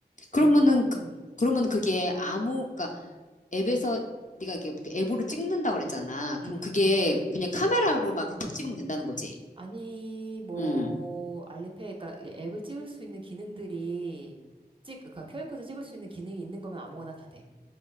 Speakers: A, on the right (about 30°); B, on the left (about 50°).
A: 그리고,
B: 그러면은, 그,
A: 음,
B: 그러면 그게 아무, 그니까 앱에서 네가 이게 뭐 앱으로 찍는다고 그랬잖아.
A: 음.
B: 그럼 그게 그냥 카메라로 막 딱 찍으면 된다는 거지.
A: 아니, 뭐,
B: 응.
A: 알리페이, 그니까 앱을 찍을 수 있는 기능들이, 찍, 그니까 QR코드 찍을 수 있는 기능이 있는 거면 아무거나 다 돼.